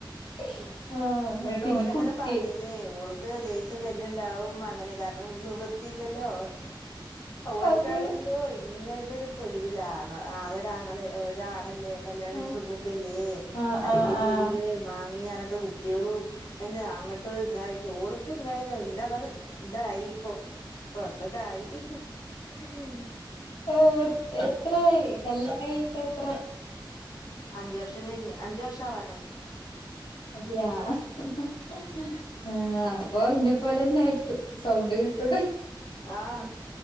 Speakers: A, on the left (about 75°); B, on the left (about 50°).
A: ഹ ഹ ഹ ആ
B: ഇങ്ങട്ട്
A: പിന്നെ
B: ഓലങ്ങനെ
A: കുട്ടി
B: പറഞ്ഞീന്നേ ഓൾക്ക് ദേഷ്യം വര്ണണ്ടാവും അങ്ങനെ കാരണം, നിവൃത്തിയില്ലല്ലോ ഓര്ക്കാണെങ്കിലോ
A: അതെ
B: ഇങ്ങന ഒരു പൊലിവിലാ ആ ഒരാങ്ങളെ ഒരാണല്ലേ കല്യാണം
A: ആഹ്
B: കഴി <unintelligible> ല്ലേ
A: ആഹ്
B: അയിന്റെ
A: ആഹ്
B: പൊലിവ്
A: ആഹ്
B: <unintelligible> കുട്ടികളും അങ്ങോട്ടും ഇതായിട്ട് ഓള്ക്ക് <unintelligible> ഇതായി ഇപ്പൊ കൊർചൊക്കെ ആയി ഹും ഹും
A: ഏഹ് എത്രായി കല്യാണം കഴിഞ്ഞിട്ട് എത്ര?
B: അഞ്ചു വർഷം കഴിഞ്ഞ് അഞ്ചു വർഷം ആവാനായി.
A: അതെയാ ഹ ഹ
B: ഉം
A: ഹ ആ പ്പോ ന്നി പോലെന്നെ ആരിക്കും സൗണ്ട് കേട്ടോടെ
B: ആ ഹ